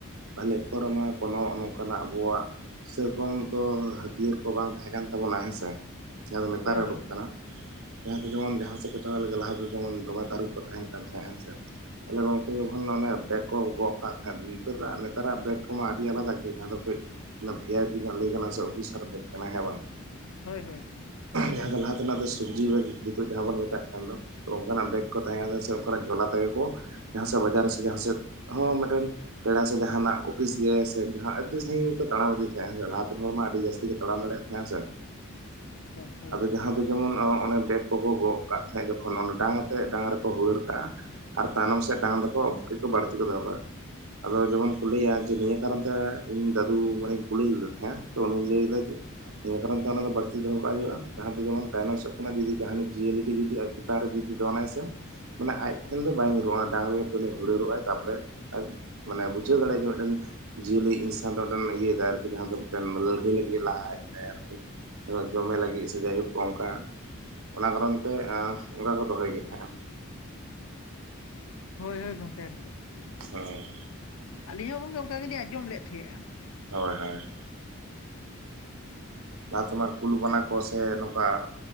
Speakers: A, on the right; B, on the left.
A: ᱯᱟᱦᱞᱮ ᱛᱚ ᱨᱮᱢᱟ ᱠᱳᱱᱳ ᱱᱚᱝᱠᱟᱱᱟᱜ ᱟᱵᱚᱣᱟᱜ, ᱥᱮᱨᱚᱠᱚᱢ ᱛᱚ ᱦᱟᱹᱛᱤᱭᱟᱹᱨ ᱠᱚ ᱵᱟᱝ ᱛᱟᱦᱮᱸ ᱠᱟᱱ ᱛᱟᱵᱚᱱᱟ ᱦᱮᱸᱥᱮ? ᱡᱟᱦᱟᱸ ᱫᱚ ᱱᱮᱛᱟᱨ
B: ᱦᱳᱭ
A: ᱩᱰᱩᱠ
B: ᱦᱳᱭ
A: ᱟᱠᱟᱱᱟ ᱡᱟᱦᱟᱸ ᱫᱚ ᱡᱮᱢᱚᱱ ᱡᱟᱦᱟᱸ ᱥᱮᱫ ᱯᱮ ᱪᱟᱞᱟᱜ ᱞᱮ ᱞᱟᱦᱟ ᱫᱚ ᱡᱮᱢᱚᱱ ᱫᱚᱢᱮ ᱛᱟᱹᱨᱩᱵ ᱠᱚ ᱛᱟᱦᱮᱸᱱ ᱠᱟᱱ ᱛᱟᱦᱮᱸᱜ ᱦᱮᱸ ᱥᱮ, ᱛᱟᱦᱚᱞᱮ ᱜᱚᱝᱠᱮ ᱡᱚᱠᱷᱚᱱ ᱵᱮᱜᱽ ᱠᱚ ᱜᱚᱜ ᱠᱟᱜ ᱛᱟᱦᱮᱸᱫ ᱱᱤᱛᱚᱜ ᱫᱚ ᱱᱮᱛᱟᱨᱟᱜ ᱵᱮᱜᱽ ᱠᱚᱢᱟ ᱟᱹᱰᱤ ᱟᱞᱟᱫᱟ ᱜᱮ ᱡᱟᱦᱟᱸ ᱫᱚ ᱠᱟᱹᱡ, ᱚᱱᱟ ᱵᱷᱤ ᱟᱭ ᱯᱤ ᱧᱚᱜ ᱞᱟᱹᱭ ᱠᱟᱱᱟ ᱥᱮ ᱚᱯᱷᱤᱥᱟᱨ ᱵᱷᱮᱠ ᱠᱟᱱᱟᱭ ᱦᱮᱸ ᱵᱟᱝ,
B: ᱦᱳᱭ ᱦᱳᱭ᱾
A: ᱡᱟᱦᱟᱸ ᱫᱚ ᱞᱟᱦᱟ ᱛᱮᱱᱟᱜ ᱫᱚ ᱥᱚᱵᱽᱡᱤ ᱵᱮᱜᱽ ᱡᱩᱛᱩᱜ ᱡᱟᱦᱟᱸ ᱵᱚᱱ ᱢᱮᱛᱟᱜ ᱠᱟᱱ ᱫᱚ ᱚᱱᱠᱟᱱᱟᱜ ᱵᱮᱜᱽ ᱛᱟᱦᱮᱸᱱᱟ ᱥᱮ ᱚᱱᱠᱟᱱᱟᱜ ᱡᱷᱚᱞᱟ ᱛᱮᱜᱮ ᱠᱚ ᱡᱟᱦᱟᱸ ᱥᱮᱫ ᱵᱟᱡᱟᱨ ᱥᱮ ᱡᱟᱦᱟᱸ ᱥᱮᱫ ᱦᱚᱸ ᱢᱤᱫᱴᱮᱱ ᱯᱮᱲᱟ ᱥᱮ ᱡᱟᱦᱟᱸᱱᱟᱜ ᱚᱯᱷᱤᱥ ᱜᱮ ᱥᱮ ᱟᱹᱰᱤ ᱥᱟᱺᱜᱤᱧ ᱜᱮᱠᱚ ᱛᱟᱲᱟᱢ ᱤᱫᱤ ᱛᱟᱦᱮᱸᱜ ᱞᱟᱦᱟᱛᱮᱱ ᱦᱚᱲ ᱢᱟ ᱟᱹᱰᱤ ᱡᱟᱹᱥᱛᱤ, ᱡᱟᱥᱛᱤ ᱜᱮ ᱛᱟᱲᱟᱢ ᱫᱟᱲᱮᱭᱟᱜ ᱛᱟᱦᱮᱸᱜ ᱥᱮ,
B: <unintelligible> ᱦᱳᱭ
A: ᱟᱫᱚ
B: ᱦᱳᱭ
A: ᱡᱟᱦᱟᱸ ᱫᱚ ᱡᱮᱢᱚᱱ ᱚᱱᱟ ᱵᱮᱜᱽ ᱠᱚᱠᱚ ᱜᱚᱜ ᱠᱟᱜ ᱛᱟᱦᱮᱸᱜ ᱡᱚᱠᱷᱚᱱ ᱰᱟᱝ ᱥᱮ ᱰᱟᱝ ᱨᱮᱠᱚ ᱦᱩᱲᱟᱹᱲ ᱠᱟᱜᱼᱟ ᱟᱨ ᱛᱟᱭᱱᱚᱢ ᱥᱮᱫ ᱰᱟᱝ ᱫᱚᱠᱚ ᱵᱩᱜᱤ ᱠᱚ ᱵᱟᱹᱲᱛᱤ ᱠᱚ ᱫᱚᱦᱚ ᱠᱟᱜᱼᱟ᱾ ᱟᱫᱚ ᱡᱮᱢᱚᱱ ᱠᱚ ᱞᱟᱹᱭᱟ ᱱᱤᱭᱟᱹ ᱠᱟᱨᱚᱱ ᱛᱮ ᱤᱧ ᱫᱟᱫᱩ ᱢᱟᱱᱮᱧ ᱠᱩᱞᱤ ᱞᱮᱫᱮ ᱛᱟᱦᱮᱸᱫ ᱛᱚ ᱩᱱᱤ ᱞᱟᱹᱭ ᱫᱟᱭ ᱡᱮ, ᱱᱤᱭᱟᱹ ᱠᱟᱨᱚᱱ ᱛᱮ ᱚᱱᱟ ᱫᱚ ᱵᱟᱹᱲᱛᱤ ᱫᱚᱦᱚ ᱠᱟᱜ ᱦᱩᱭᱩᱜ-ᱟ, ᱡᱟᱦᱟᱸ ᱫᱚ ᱡᱮᱢᱚᱱ ᱛᱟᱭᱱᱚᱢ ᱥᱮᱫ ᱠᱷᱚᱱᱟᱜ ᱡᱩᱫᱤ ᱡᱟᱦᱟᱸᱱᱤᱡ ᱡᱤᱭᱟᱹᱞᱤ ᱜᱮ ᱡᱩᱫᱤ ᱟᱡ ᱪᱮᱛᱟᱱ ᱨᱮ ᱡᱩᱫᱤ ᱫᱚᱱᱟᱭ ᱥᱮ ᱢᱟᱱᱮ ᱟᱡ ᱴᱷᱮᱱ ᱫᱚ ᱵᱟᱭ ᱧᱩᱨᱩᱜᱼᱟ ᱚᱱᱟ ᱰᱟᱝ ᱨᱮᱜᱮ ᱯᱩᱭᱞᱩ ᱦᱩᱲᱟᱹᱨᱚᱜ ᱼ ᱟᱭ ᱛᱟᱨᱯᱚᱨᱮ ᱟᱡ ᱢᱟᱱᱮ ᱵᱩᱡᱷᱟᱹ ᱫᱟᱲᱮᱭᱟᱜᱼᱜᱮ ᱢᱤᱫᱴᱮᱱ ᱡᱤᱭᱟᱹᱞᱤ ᱤᱱᱥᱟᱱ ᱫᱚ ᱡᱤᱭᱟᱹᱞᱤ ᱤᱧ ᱥᱟᱶ ᱫᱚ ᱟᱫᱚ ᱤᱭᱟᱹ ᱫᱟᱭ ᱟᱨᱠᱤ ᱡᱟᱦᱟᱸ ᱫᱚ ᱢᱤᱫᱴᱮᱱ ᱞᱟᱹᱲᱦᱟᱹᱭ ᱞᱟᱹᱜᱤᱫ ᱞᱟᱦᱟ ᱦᱮᱡ ᱮᱱᱟᱭ ᱟᱨᱠᱤ ᱡᱚᱢᱮ ᱞᱟᱹᱜᱤᱫ ᱥᱮ ᱡᱟᱭᱦᱳᱠ ᱚᱱᱠᱟ ᱚᱱᱟ ᱠᱟᱨᱚᱱ ᱛᱮ ᱚᱱᱠᱟ ᱫᱚᱦᱚᱭ ᱜᱮ ᱛᱟᱦᱮᱸᱜᱼᱟ,
B: ᱦᱳᱭ ᱦᱳᱭ ᱜᱚᱢᱠᱮ ᱮᱠᱫᱚᱢ,
A: ᱦᱮᱸ
B: ᱟᱹᱞᱤᱧ ᱦᱚᱸ ᱜᱚᱢᱠᱮ ᱚᱱᱠᱟ ᱜᱮᱞᱤᱧ ᱟᱸᱡᱚᱢ ᱞᱮᱜ ᱛᱟᱦᱮᱸᱜᱼᱟ,
A: ᱦᱳᱭ ᱦᱳᱭ, ᱞᱟᱦᱟ ᱛᱮᱢᱟ ᱠᱩᱞ ᱵᱟᱱᱟ ᱠᱚ ᱥᱮ ᱱᱚᱝᱠᱟ